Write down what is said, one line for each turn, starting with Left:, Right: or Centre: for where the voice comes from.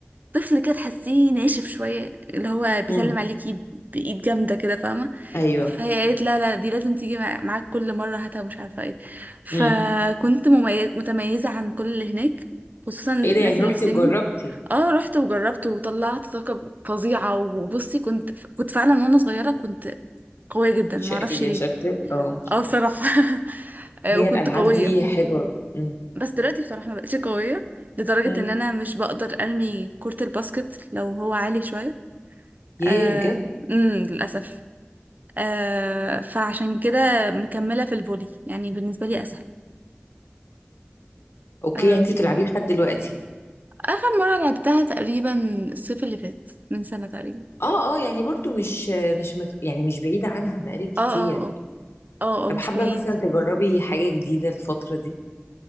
Right: طفل كده تحسيه ناشف شوية اللي هو بيسلم
Left: مم.
Right: عليكي ب- بإيد جامدة كده فاهمة
Left: أيوه
Right: فهي قالت لا لا دي لازم تيجي مع- معاك كل مرة هاتها مش عارفة ايه فكنت
Left: مم.
Right: مميز متميزة عن كل اللي هناك خصوصا الناس
Left: إيه ده يعني
Right: اللي
Left: رحتي
Right: في سني
Left: وجربتي
Right: اه رحت وجربت وطلعت طاقة فظيعة وبصي كنت كنت فعلا وانا صغيرة كنت قوية جدا
Left: شقية
Right: معرفش ليه
Left: شكلك اه
Right: اه بصراحة <laughs> آه،
Left: هي
Right: وكنت
Left: الألعاب
Right: قوية
Left: دي حلوة مم.
Right: بس دلوقتي بصراحة ما بقتش قوية لدرجة
Left: مم.
Right: ان انا مش بقدر ارمي كرة الباسكت لو هو عالي شوية
Left: ياه
Right: آه،
Left: بجد
Right: امم للأسف آه، فعشان كده مكملة في الفولي يعني بالنسبة لي أسهل
Left: اوكي
Right: آم،
Left: يعني انت بتلعبيه لحد دلوقتي
Right: آخر مرة لعبتها تقريبا الصيف اللي فات من سنة تقريبا
Left: اه اه يعني برضو مش مش مت... يعني مش بعيدة عنها بقالك كتير
Right: اه اه اه اه آه،
Left: طب
Right: مش
Left: حابة
Right: بعيد
Left: مثلا تجربي حاجة جديدة الفترة دي